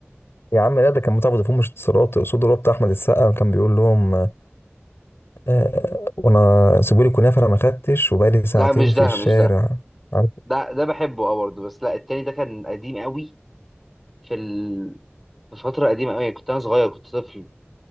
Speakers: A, on the left; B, in the centre.
A: يا عم لا ده كان بتاع فودافون مش اتصالات اقصد اللي هو بتاع احمد السقا كان بيقول لهم آه آه، وانا سيبوا لي كنافه انا ما خدتش وبقالي ساعتين
B: لا مش
A: في
B: ده
A: الشارع
B: مش ده
A: عارف
B: ده ده بحبه اه برضه بس لا التاني ده كان قديم قوي في ال... في فترة قديمة قوي كنت انا صغير كنت طفل